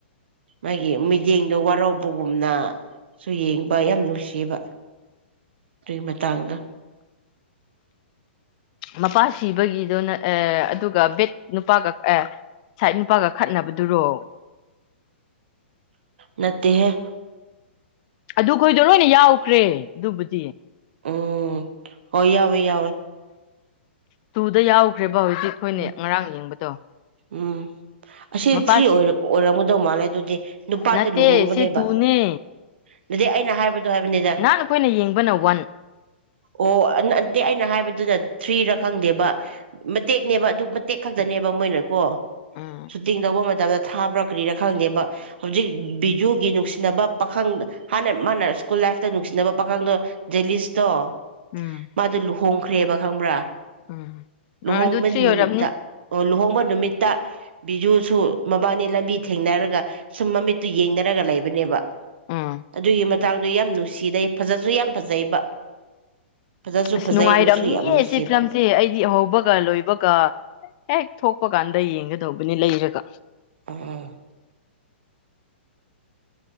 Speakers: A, on the right; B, on the left.
A: ꯃꯥꯒꯤ ꯃꯤꯠꯌꯦꯡꯗꯣ ꯋꯥꯔꯧꯕꯒꯨꯝꯅ ꯁꯨ ꯌꯦꯡꯕ ꯌꯥꯝ ꯅꯨꯡꯁꯤꯕ ꯇ꯭ꯔꯤ ꯃꯇꯥꯡꯗꯣ
B: ꯃꯄꯥ ꯁꯤꯕꯒꯤꯗꯣꯅ ꯑꯦ ꯑꯗꯨꯒ ꯕꯦꯠ ꯅꯨꯄꯥꯒ ꯑꯦ ꯁꯥꯏꯠ ꯅꯨꯄꯥꯒ ꯈꯠꯅꯕꯗꯨꯔꯣ
A: ꯅꯠꯇꯦꯍꯦ
B: ꯑꯗꯨꯈꯣꯏꯗꯣ ꯂꯣꯏꯅ ꯌꯥꯎꯈ꯭ꯔꯦ ꯑꯗꯨꯕꯨꯗꯤ
A: ꯎꯝ ꯍꯣꯏ ꯌꯥꯎꯋꯤ ꯌꯥꯎꯋꯤ
B: ꯇꯨꯗ ꯌꯥꯎꯈ꯭ꯔꯦ ꯕ ꯍꯧꯖꯤꯛ ꯈꯣꯏꯅ
A: ꯎꯝ
B: ꯉꯔꯥꯡ ꯌꯦꯡꯕꯗꯣ
A: ꯎꯝ ꯑꯁꯤ
B: ꯃꯄꯥꯁꯤ
A: ꯊ꯭ꯔꯤ ꯑꯣꯏꯔ ꯑꯣꯏꯔꯝꯒꯗꯧ ꯃꯥꯜꯂꯦ ꯑꯗꯨꯗꯤ ꯅꯨꯄꯥꯗꯥ
B: ꯅꯠꯇꯦ
A: ꯂꯨꯍꯣꯡꯕꯅꯦꯕ
B: ꯁꯤ ꯇꯨꯅꯦ
A: ꯑꯗꯨꯗꯩ ꯑꯩꯅ ꯍꯥꯏꯕꯗꯣ ꯍꯥꯏꯕꯅꯤꯗ
B: ꯅꯍꯥꯟ ꯑꯩꯈꯣꯏꯅ ꯌꯦꯡꯕꯅ ꯋꯥꯟ
A: ꯑꯣ ꯑ ꯅꯠ ꯅꯠꯇꯦ ꯑꯩꯅ ꯍꯥꯏꯕꯗꯨꯅ ꯊ꯭ꯔꯤꯔꯥ ꯈꯪꯗꯦꯕ ꯃꯠ ꯇꯦꯛꯅꯦꯕ ꯑꯗꯨ ꯃꯇꯦꯛ ꯈꯛꯇꯅꯦꯕ ꯃꯣꯏꯅꯀꯣ
B: ꯎꯝ
A: ꯁꯨꯇꯤꯡ ꯇꯧꯕ ꯃꯇꯝꯗ ꯊꯥꯕ꯭ꯔꯥ ꯀ꯭ꯔꯤꯔꯥ ꯈꯪꯗꯦꯕ ꯍꯧꯖꯤꯛ ꯕꯤꯖꯨꯒꯤ ꯅꯨꯡꯁꯤꯅꯕ ꯄꯥꯈꯪ ꯍꯥꯟꯅ ꯃꯥꯅ ꯁ꯭ꯀꯨꯜ ꯂꯥꯏꯐꯇ ꯅꯨꯡꯁꯤꯅꯕ ꯄꯥꯈꯪꯗꯣ ꯖꯦꯂꯤꯁꯇꯣ
B: ꯎꯝ
A: ꯃꯥꯗꯨ ꯂꯨꯍꯣꯡ ꯈ꯭ꯔꯦꯕ ꯈꯪꯕ꯭ꯔꯥ
B: ꯎꯝ
A: ꯂꯨꯍꯣꯡꯕ
B: ꯑꯗꯨ ꯊ꯭ꯔꯤ
A: ꯅꯨꯃꯤꯠꯇ
B: ꯑꯣꯏꯔꯝꯅꯤ
A: ꯑꯣ ꯂꯨꯍꯣꯡ ꯍꯣꯡꯕ ꯅꯨꯃꯤꯠꯇ ꯕꯤꯖꯨꯁꯨ ꯃꯕꯥꯅꯤ ꯂꯝꯕꯤ ꯊꯦꯡꯅꯔꯒ ꯁꯨꯝ ꯃꯃꯤꯠꯇꯨ ꯌꯦꯡꯅꯔꯒ ꯂꯩꯕꯅꯦꯕ
B: ꯎꯝ
A: ꯑꯗꯨꯏ ꯃꯇꯥꯡꯗ ꯌꯥꯝ ꯅꯨꯡꯁꯤꯗꯩ ꯐꯖꯁꯨ ꯌꯥꯝ ꯐꯖꯩꯕ ꯐꯖꯁꯨ
B: ꯑꯁ
A: ꯐꯖꯩ
B: ꯅꯨꯡꯉꯥꯏꯔꯝꯅꯤꯌꯦ
A: ꯅꯨꯡꯁꯨ ꯌꯥꯝ ꯅꯨꯡꯁꯤꯕ
B: ꯁꯤ ꯐꯤꯂꯝꯁꯦ ꯑꯩꯗꯤ ꯑꯍꯧꯕꯒ ꯂꯣꯏꯕ ꯀꯥ ꯍꯦꯛ ꯊꯣꯛꯄ ꯀꯥꯟꯗ ꯌꯦꯡꯒꯗꯧꯕꯅꯤ ꯂꯩꯔꯒ
A: ꯎꯝ